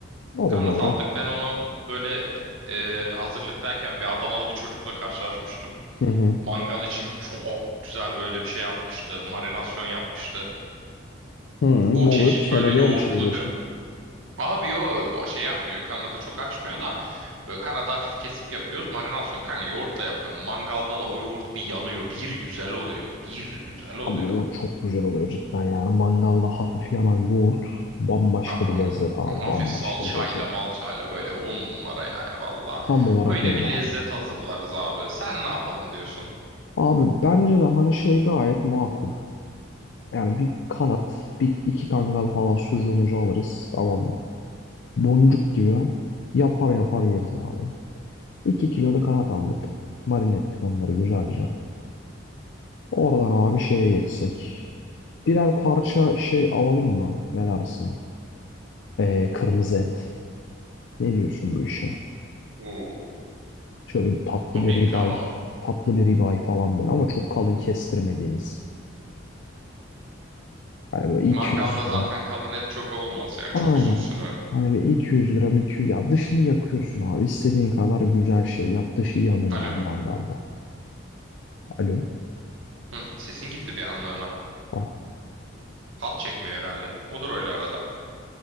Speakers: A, on the left (about 65°); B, on the right (about 80°).
A: O
B: Kanat
A: da doğru.
B: aldık. Ben onu böyle e, hazırlıktayken bir Adanalı bir çocukla karşılaşmıştım.
A: Hı hı.
B: Mangal için çok güzel böyle bir şey yapmıştı. Marinasyon yapmıştı.
A: Hı,
B: O
A: ne
B: çeşit
A: oluyor? Kelebeğe
B: böyle yoğurtlu
A: mi çeviriyorsun?
B: bir Abi yo o şey yapmıyor. Kanada çok açmıyor da böyle Kanada hafif kesip yapıyoruz. Marinasyon kanka yoğurtla yapıyorum. Mangalda da o yoğurt bir yanıyor. Bir güzel oluyor. Bir güzel oluyor.
A: Abi o çok güzel oluyor cidden yani. Mangalda hafif yanan yoğurt bambaşka
B: Abi
A: bir lezzet abi.
B: o hafif
A: Bambaşka
B: salçayla
A: bir lezzet.
B: malçayla böyle on numara yani valla.
A: Tam olarak
B: Öyle
A: öyle
B: bir
A: abi.
B: lezzet hazırlarız abi. Sen ne yapalım diyorsun?
A: Abi bence de hani şey gayet makul. Yani bir kanat, bir iki kangal falan sucuğumuzu alırız tamam mı? Boncuk gibi yapar yapar yeriz abi. 2 kilo da kanat aldık. Marine ettik onları güzelce. Oradan abi şeye geçsek. Birer parça şey alalım mı? Ne dersin? Ee, kırmızı et. Ne diyorsun bu işe?
B: Oo.
A: Şöyle bir tatlı
B: Tabii
A: bir ribeye,
B: ki alalım.
A: tatlı bir ribeye falan böyle ama çok kalın kestirmediğimiz. Hani böyle 200
B: Mangalda
A: gram
B: zaten kalan et çok olmaz yani
A: Aynen.
B: çok uzun sürer.
A: Hani bir 200 gram 200 ya dışını yakıyorsun abi. İstediğin kadar güzel şey yap. Dışı yanıyor
B: Alo?
A: abi mangalda. Alo.
B: Hı, sesin gitti bir anlığına.
A: Ah,
B: Hat çekmiyor herhalde. Olur öyle arada.